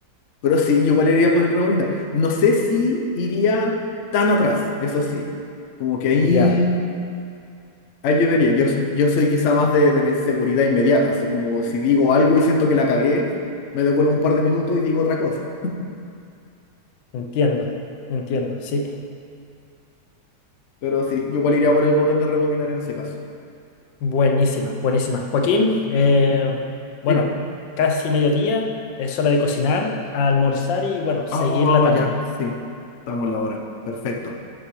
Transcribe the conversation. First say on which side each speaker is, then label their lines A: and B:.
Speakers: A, on the left; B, on the left.
A: Pero sí, yo igual iría por el rebobinar. No sé si iría tan atrás, eso sí. Como que ahí,
B: Ya.
A: ahí yo vería. Yo, so- yo soy quizá más de, de la inseguridad inmediata, así como si digo algo y siento que la cagué, me devuelvo un par de minutos y digo otra cosa.
B: Entiendo, entiendo, sí.
A: Pero sí, yo igual iría por el botón de rebobinar en ese caso.
B: Buenísima, buenísima. Joaquín,
A: <laughs>
B: eh, bueno,
A: Dime.
B: casi mediodía, es hora de cocinar, almorzar y bueno, seguir
A: Oh,
B: la tarde.
A: ya, sí. Estamos en la hora. Perfecto.